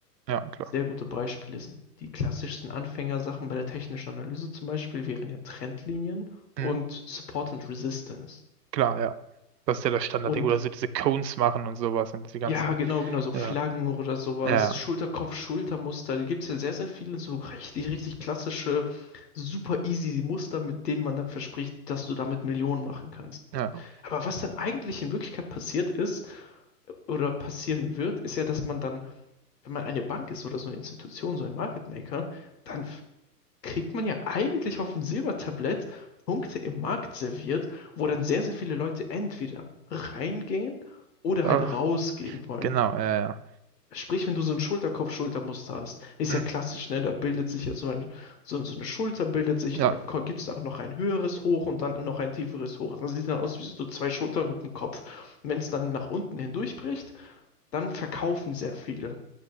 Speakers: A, on the right (about 80°); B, on the left (about 75°).
A: Ja, klar.
B: Sehr gute Beispiele sind die klassischsten Anfängersachen bei der technischen Analyse zum Beispiel wären ja Trendlinien und
A: Mhm.
B: Support and Resistance.
A: Klar, ja. Das ist ja das Standardding.
B: Und
A: Oder so diese Cones machen und sowas und die ganzen.
B: ja, genau, genau, so Flaggen
A: Ja,
B: oder sowas,
A: ja,
B: Schulterkopf-Schultermuster, da gibt es ja sehr, sehr viele so richtig, richtig klassische, super easy Muster, mit denen man dann verspricht, dass du damit Millionen machen kannst.
A: ja. ja.
B: Aber was dann eigentlich in Wirklichkeit passiert ist oder passieren wird, ist ja, dass man dann, wenn man eine Bank ist oder so eine Institution, so ein Market Maker, dann f- kriegt man ja eigentlich auf dem Silbertablett Punkte im Markt serviert, wo dann sehr, sehr viele Leute entweder reingehen oder
A: Ach,
B: halt rausgehen wollen.
A: genau, ja, ja.
B: Sprich, wenn du so ein Schulterkopf-Schultermuster hast, ist
A: Mhm.
B: ja klassisch, ne? Da bildet sich ja so, ein, so, so eine Schulter, bildet sich
A: Ja,
B: und dann gibt es auch noch ein höheres Hoch und dann noch ein tieferes Hoch. Das sieht dann aus wie so zwei Schultern und ein Kopf. Wenn es dann nach unten hindurchbricht, dann verkaufen sehr viele.